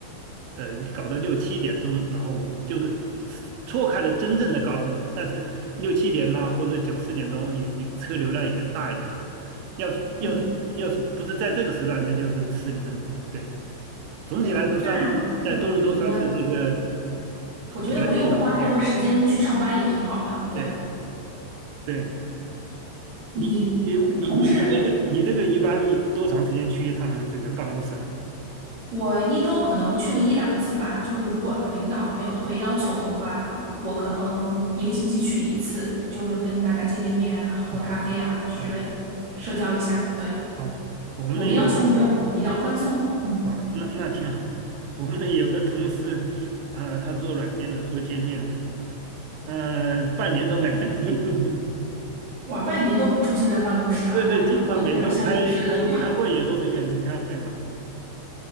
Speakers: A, on the right (about 85°); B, on the right (about 45°).
A: 呃呃搞到六七点钟，然后我就是错开了真正的高峰，但是六七点呐、或者九四点钟也也车流量也大一点嘛，要是要是要是不是在这个时段，
B: 嗯，
A: 那就是十几分钟，对。总体来说算是在多伦多算是这个
B: 哎，那你的，我觉得不用花太多时间去上班也挺好的。
A: 比较近吧。对
B: 对，
A: 对对，
B: 你同同事，
A: 你你你你你这个你这个一般多长时间去一趟这个办公室啊？
B: 我一周可能去个一两次吧，就是如果领导没有特别要求的话，我可能一个星期去一次，就是跟大家见见面啊，喝喝咖啡啊之类，
A: 哦哦
B: 社交一下。对，
A: 哦，我们那有个
B: 我们要求没有比较宽松，嗯，
A: 啊，那那挺好的。我们那有个同事，呃，他做软件的，做界面的，呃，半年都没来。<laughs>
B: 哇，半年都不出现在办公室啊，
A: 对对，
B: 那好有点像隐身了一样，
A: 基本上每周开开开会也都是远程开会嘛。